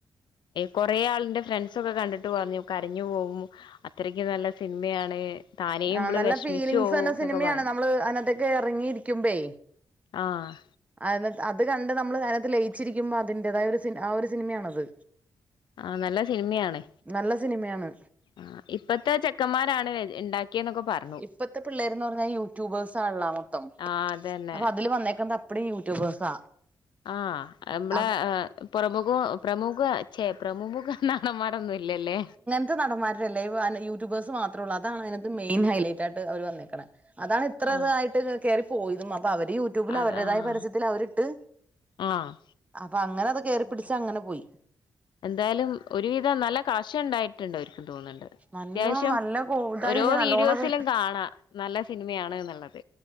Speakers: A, on the left; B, on the right.
A: കൊറെ ആളിന്റെ ഫ്രണ്ട്സ് ഒക്കെ കണ്ടിട്ട് പറഞ്ഞു കരഞ്ഞു പോകും അത്രക്ക് നല്ല സിനിമയാണ് താനേ ഇവള്
B: ആ നല്ല
A: വിഷമിച്ചു
B: ഫീലിംഗസ്
A: പോവും
B: തന്ന നല്ല
A: എന്നൊക്കെ
B: സിനിമയാണ്
A: പറഞ്ഞു
B: നമ്മള് അതിനത്തൊക്കെ ഇറങ്ങിയിരിക്കുമ്പെ
A: ആഹ്
B: അ അത് കണ്ട് നമ്മള് അതിനകത്ത് ലയിച്ചിരിക്കുമ്പോ അതിന്റെതായ ഒരു സി ആ ഒരു സിനിമയാണത്
A: ആഹ് നല്ല സിനിമയാണ്
B: നല്ല സിനിമയാണ്
A: ആ ഇപ്പഴത്തെ ചെക്കന്മാരാണ് ഉണ്ടാക്കിയെന്നൊക്കെ പറ
B: ഇപ്പത്തെ പിള്ളേർന്ന് പറഞ്ഞാൽ യൂട്യൂബേഴ്സ് ആണല്ലോ മൊത്തം
A: ആഹ് അതന്നെ
B: അ അതില് വന്നേക്ക അപ്പടീം യൂട്യൂബേഴ്സാ
A: ആ നമ്മളെ
B: അപ്
A: പ്രമുഖ പ്രമുഖഛേ പ്രമുഖുഖ നടൻ മാരെ ഒന്നും ഇല്ലല്ലേ
B: ഇത്ര നടന്മാരല്ലേ യൂട്യബേ്സ് മാത്ര ഉള്ള അതാണ് അതിനകത്ത് മെയിൻ ഹൈലൈറ്റ് ആയിട്ട് അവർ വന്നേക്കണം അതാണ് ഇത്ര
A: ആഹ്
B: ഇായിട്ട് കയറി പോയതും അപ്പൊ അവര് യൂ ട്യൂബിൽ
A: അത്
B: അവരുടേതായ
A: ആഹ്
B: പരസ്യത്തിൽ അവരിട്ട്
A: ആഹ്
B: അപ്പൊ അങ്ങനെ അത കേയറിപ്പിടിച്ച അങ്ങനെ പോയി
A: എന്തായാലും ഒരുവിധം നല്ല കാശുണ്ടായിട്ട് ട്ട്ണ്ട് അവർക്ക് തോന്നുന്നുണ്ട്
B: നല്ലോണം
A: അത്യാവശ്യം
B: നല്ല കോ ഇതായില്ലേ
A: ഓരോ
B: നല്ലോണം
A: വീഡിയോസിലും
B: അത്
A: കാണാം നല്ല സിനിമയാണ് എന്നുള്ളത്